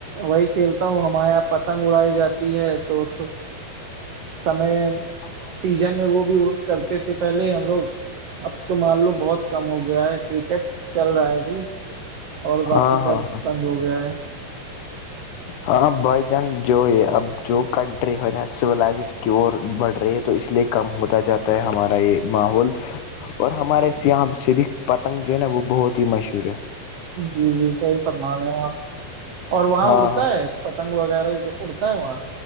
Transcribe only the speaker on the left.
ہاں <unintelligible> <inaudible>
ہاں
ہاں
ہاں بھائی جان جو یہ اب جو کنٹری ہے نا سلائزڈ کی اور بڑھ رہی ہے تو اس لیے کم ہوتا جاتا ہے ہمارا یہ ماحول اور ہمارے یہاں شریک پتنگ جو ہے نا وہ بہت ہی مشہور ہے
ہاں
ہاں